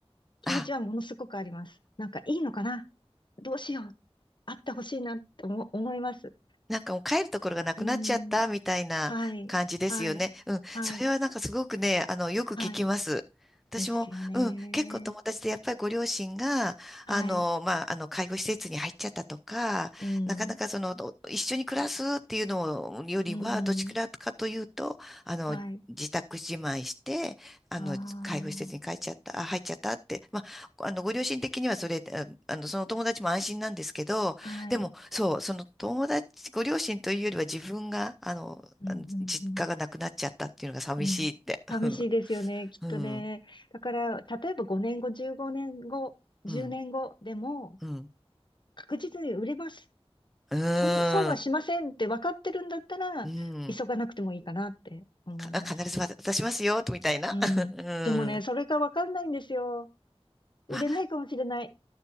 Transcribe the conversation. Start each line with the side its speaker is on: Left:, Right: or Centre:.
Left: 気持ちはものすごくあります。
Centre: あ、
Left: なんかいいのかなどうしよう。会ってほしいなって思、思います。
Centre: なんかもう帰るところがなくなっちゃったみたいな感じですよね。
Left: うーん。はい。はい。
Centre: うん。
Left: はい。
Centre: それはなんかすごくね、あの、よく聞きます。
Left: はい。
Centre: 私も、
Left: ですよね。
Centre: うん、結構友達でやっぱりご両親が、
Left: はい。
Centre: あの、まあ、あの、介護施設に入っちゃったとか、
Left: うん。
Centre: なかなかその、ど一緒に暮らすっていうのよりは、
Left: うん。
Centre: どちらかというと、あの、
Left: はい。
Centre: 自宅自慢して、あの、
Left: ああ。
Centre: 介護施設に帰っちゃった、あ、入っちゃったって、まあ、あの、ご両親的にはそれ、ああの、そのお友達も安心なんですけど、
Left: はい。
Centre: でも、そう、その友達、ご両親というよりは自分が、あの、
Left: うん
Centre: あの実家がなくなっちゃったっていうのが寂しいって。
Left: うんうん。うん。
Centre: <laughs>
Left: 寂しいですよね、きっとね。
Centre: うん、うん、
Left: だから、例えば5年後、15年後、10年後でも、
Centre: うん、うん、
Left: 確実に売れます。
Centre: うーん、
Left: その、損はしませんって分かってるんだったら、
Centre: うん
Left: 急がなくてもいいかなって思います。
Centre: か必ず渡しますよ、みたいな。
Left: うん。
Centre: <laughs> う
Left: でもね、
Centre: ん。
Left: それが分かんないんですよ。
Centre: まあ、
Left: 売れないかもしれない。